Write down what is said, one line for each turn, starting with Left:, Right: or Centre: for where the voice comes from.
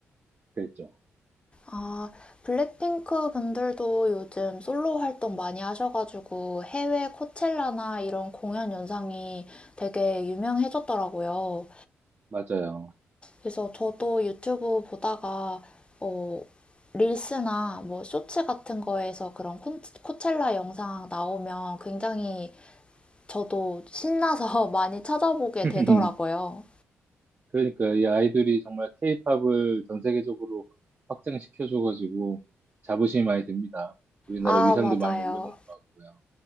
Right: 그랬죠.
Left: 아, 블랙핑크 분들도 요즘 솔로 활동 많이 하셔가지고 해외 코첼라나 이런 공연 영상이 되게 유명해졌더라고요.
Right: 맞아요.
Left: 그래서 저도 유튜브 보다가 어, 릴스나 뭐 쇼츠 같은 거에서 그런 코, 코첼라 영상 나오면 굉장히 저도 신나서 <laughs> 많이 찾아보게
Right: <laughs>
Left: 되더라고요.
Right: 그러니까 이 아이돌이 정말 케이팝을 전 세계적으로 확장시켜줘가지고 자부심이 많이 듭니다. 우리나라
Left: 아,
Right: 위상도
Left: 맞아요.
Right: 많이 올려놓은 것 같고요.